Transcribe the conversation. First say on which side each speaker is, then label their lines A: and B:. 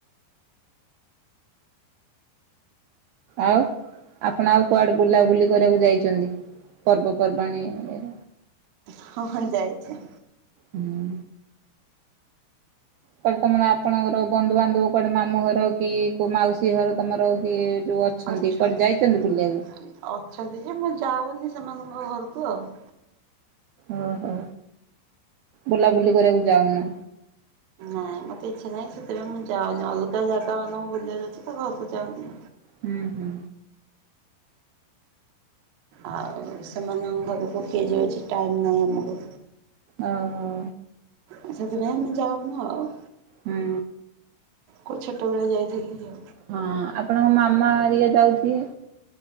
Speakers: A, on the right (about 85°); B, on the right (about 65°).
A: ଆଉ ଆପଣ ଆଉ କୁଆଡେ ବୁଲାବୁଲି କରିବାକୁ ଯାଇଛନ୍ତି ପର୍ବପର୍ବାଣି ଏ।
B: ହଁ ହଁ ଯାଇଛି।
A: ହୁଁ। କୁଆଡେ ତମର ଆପଣଙ୍କର ବନ୍ଧୁ ବାନ୍ଧବ କୁଆଡେ ମାମୁଁ ଘର କି କୋଉ ମାଉସୀ ଘର ତମର କି ଯୋଉ ଅଛନ୍ତି
B: ଅଛନ୍ତି
A: କୁଆଡେ ଯାଇଛନ୍ତି ବୁଲିବାକୁ?
B: ଅଛନ୍ତି ଯେ ମୁଁ ଯାଉନି। ସେମାନଙ୍କ ଘରକୁ ଆଉ।
A: ଓହୋ ବୁଲାବୁଲି କରିବାକୁ ଯାଉନ।
B: ହଁ ମତେ ଇଛା ନାଇ ସେଥିପାଇଁ ମୁଁ ଯାଉନି ଅଲଗା ଜାଗା ମାନଙ୍କୁ ବୁଲ ଯାଉଛି ତା ଘରକୁ ଯାଉନି।
A: ହୁଁ ହୁଁ।
B: ଆଉ ସେମାନଙ୍କ ଘରକୁ କିଏଜ ଅଛି ଟାଇମ୍ ନାହିଁ ଆମର।
A: ଓ ହୋ।
B: ଆ ସେଥିପାଇଁ ଆମେ ଯାଉନ ଆଉ।
A: ହୁଁ।
B: କୋଉ ଛୋଟବେଳେ ଯାଇଥିଲି।
A: ହଁ ଆପଣଙ୍କ ମାମା ହେରୀକା ଯାଉଥେ-